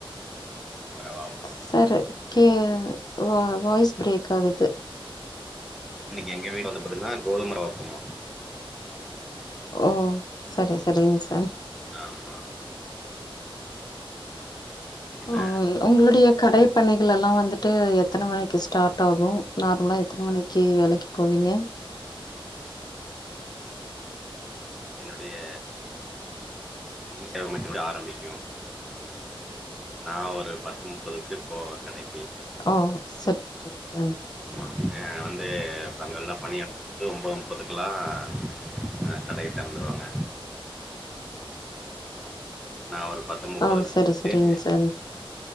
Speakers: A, in the centre; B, on the left (about 45°).
A: கோதுமை ரவா உப்புமா
B: சார் கே வா வாய்ஸ் பிரேக் ஆகுது
A: இன்னக்கு எங்க வீட்டு பத்திங்கான கோதுமரவ உப்புமா
B: ஓ சரி சரிங்க சார்
A: ஆமா சரி இன்னைக்கு என்ன
B: உஹ உங்களுடய கடயபணிகளாம் வந்துட்டு எத்தன மணிக்கு ஸ்டாட் ஆகும் நார்மலா எத்தன மணிக்கு வேலக்கி போவீங்க
A: என்னுடைய ஈ செவமத்தினேட ஆரம்பிக்கும் நான் ஒரு பத்து முப்பதுக்கு போவே கடக்கி
B: ஓ செரிக்க சா
A: ஹ வந்து நாங்கெல்லாம் பணியாற்றிட்டு ஒன்பது பத்துக்குலாம் ஹ கடய தெரந்துருவாங்க நான் ஒரு பத்து முப்பதுமணிகே
B: ஓ சரி சரிங்க சார்